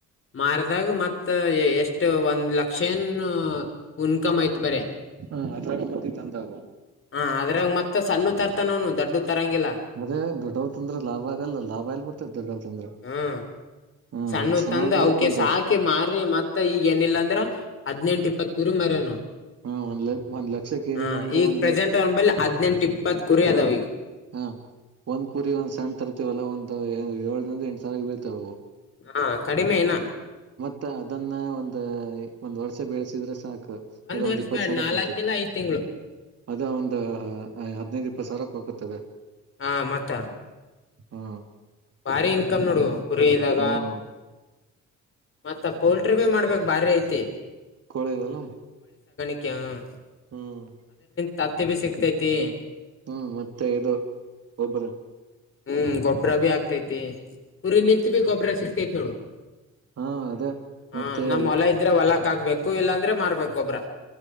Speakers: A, on the left; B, on the right.
A: ಮಾರದಾಗ ಮತ್ತ ಎಷ್ಟು ಒಂದ ಲಕ್ಷನ್ ಇನ್ಕಮ್ ಯತು ಬರ
B: ಹ್ಮ ಅದ್ರ ಮತ್ತೆ ತಂದಾಗುವ
A: ಹ ಅದ್ರಾಗ ಮತ್ತೆ ಸಣ್ಣ ತರ್ಥನವ ದೊಡ್ಡ ತರಂಗಿಲ್ಲ
B: ಅದೇ ದೊಡ್ಡವ್ ತಂದ್ರ ಲಾಭ ಆಗಲ್ಲ ಲಾಭ ಎಲ್ ಬಡ್ತೇದ ದೊಡ್ಡವ ತಂದ್ರ
A: ಹ್ಮ
B: ಹ್ಮ್
A: ಸಣ್ಣ
B: ಮತ್ ಸಣ್ಣವ್
A: ತಂದು
B: ಬರ
A: ಅವಕ
B: ಕುಂತು
A: ಸಾಕಿ ಮಾರಿ ಮತ್ತ ಈಗ ಏನಿಲ್ಲ ಅಂದ್ರ ಹದ್ನೆೆಂಟು ಇಪ್ಪತ್ತು ಕುರಿ ಮರ ನೋಡ
B: ಹ್ಮ ಒಂದ್ ಲ ಒಂದ್ ಲಕ್ಷಕ್ ಏನಿಲ್ಲ
A: ಆ
B: ಅಂದ್ರೆ
A: ಈಗ
B: ಒಂದ್
A: ಪ್ರೆಸೆಂಟ್ ಅವನ್ ಬಳಿ ಹದ್ಿನನೆಂಟ ಇಪ್ಪತ್ತು ಕುರ್ಯಾದವ ಈ
B: ಹಾ ಒಂದ್ ಕುರಿ ಒಂದ್ ಸಣ್ಣ ತರ್ತವಲ್ಲ ಒಂದ್ ಏಳಂದ ಎಂಟ ಸಾವರ ತ
A: ಹಾ ಕಡಿಮೆನ
B: ಮ ಅದನ್ನ ಒಂದ ಒಂದ್ ವರ್ಷ ಬೆಳೆಸಿದ್ರೆ ಸಾಕ ಅದ
A: ವರ್ಷ
B: ಒಂದ್ ಇಪ್ಪತ್
A: ಬ್ಯಾಡ್
B: ಸಾವಿರಕ್ಕೆ
A: ನಾಲ್ಕ
B: ಹ್ತದೆ
A: ಇಲ್ಲ ಐದ್ ತಿಂಗಳು
B: ಅದ ಒಂದ್ ಹದ್ನೈದು್ ಇಪ್ಪತ್ ಸಾವಿರಕ್ಕೆ ಹಕತದ
A: ಹಾ ಮತ್ತ
B: ಹ್ಮ
A: ಭಾರಿ ಇನ್ಕಮ್ ನೋಡು ಕುರಿ ಇದಾಗ
B: ಹ್ಮ್
A: ಮತ್ತ ಪೋಲ್ಟ್ರಿ ಬಿ ಮಾಡ್ಬೇಕ ಬಾರ ಇಐತೆ
B: ಕೊಳೆದಲ್ಲ
A: ಕ
B: ಹ್ಮ್
A: ತತ್ತ ಬಿ ಸಿಕ್ತೈತಿ
B: ಹ್ಮ್ ಮತ್ತೆ ಇದು ಒಬರ
A: ಹ್ಮ್ ಗೊಬ್ಬ್ರ ಭೀ ಆಗ್ತೈತಿ ಊರಿ ನಿಂತತ್ ಭ ಗೊಬ್ಬ್ರ ಸಿಕ್ತೈತಿ ನೋಡು
B: ಹಾ ಅದೇ
A: ಹಾ
B: ಮತ್ತೆ
A: ನಮ್ಮ್ ಹೊಲ ಇದ್ರೆ ಹೊಲ ಆಗ್ಬೇಕು ಇಲ್ಲಾಂದ್ರೆ ಮಾರ್ಬೇಕು ಗೊಬ್ಬ್ರ